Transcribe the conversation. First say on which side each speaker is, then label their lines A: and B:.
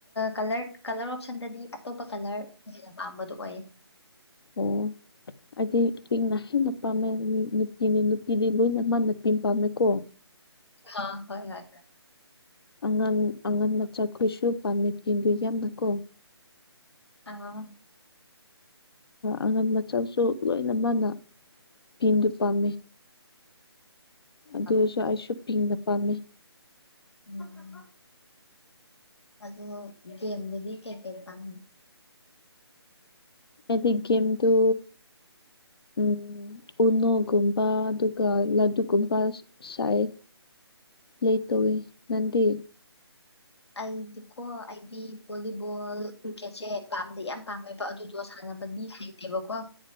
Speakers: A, on the left; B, on the left.
A: ꯀꯂꯔ ꯀꯂꯔ ꯑꯣꯁꯟꯗꯗꯤ ꯑꯇꯣꯞꯄ ꯀꯂꯔ ꯍꯦꯟꯅ ꯄꯥꯝꯕꯗꯨꯣ ꯑꯣꯏ
B: ꯑꯣ ꯍꯥꯏꯗꯤ ꯏꯛꯅ ꯍꯦꯟꯅ ꯄꯥꯝꯃꯦ ꯅꯨꯄꯤꯅꯤ ꯅꯨꯄꯤꯗꯤ ꯂꯣꯏꯅ ꯃꯥ ꯅꯨꯄꯤ ꯑꯃ ꯄꯥꯝꯃꯦꯀꯣ
A: ꯍꯥ ꯍꯣꯏ ꯍꯣꯏ
B: ꯑꯉꯜ ꯑꯉꯟ ꯃꯆꯥꯈꯣꯏꯁꯨ ꯄꯥꯔꯃꯤꯠ ꯀꯤꯗꯨ ꯌꯥꯝꯅꯀꯣ
A: ꯑꯥ
B: ꯑꯉꯝ ꯃꯆꯥꯁꯨ ꯂꯣꯏꯅ ꯃꯥꯅ ꯐꯤꯟꯗꯨ ꯄꯥꯝꯃꯦ ꯑꯗꯨꯁꯨ
A: ꯑ
B: ꯑꯩꯁꯨ ꯊꯅ ꯄꯥꯝꯃꯦ
A: ꯎꯝ ꯎꯝ ꯑꯗꯨ ꯦꯝꯗꯗꯤ ꯀꯩ ꯀꯩ ꯄꯥꯝ
B: ꯑꯦꯗꯤꯒꯦꯝ ꯇꯣ ꯎꯝ ꯎꯅꯨꯒꯨꯝꯕ ꯑꯗꯨꯒ ꯂꯥꯗꯨꯒꯨꯝꯕ ꯁꯥꯏ ꯂꯩ ꯇꯣꯋ ꯅꯗꯤ
A: ꯑꯩꯗꯤꯀꯣ ꯑꯩꯗꯤ ꯚꯣꯂꯤꯕꯣꯜ ꯀ꯭ꯔꯤꯛꯀꯦꯠꯁꯦ ꯄꯥꯝꯗꯦ ꯌꯥꯝ ꯄꯥꯝꯃꯦ ꯑꯗꯨꯗꯣ ꯁꯥꯟꯅꯕꯗꯤ ꯍꯥꯏꯇꯦꯕꯀꯣ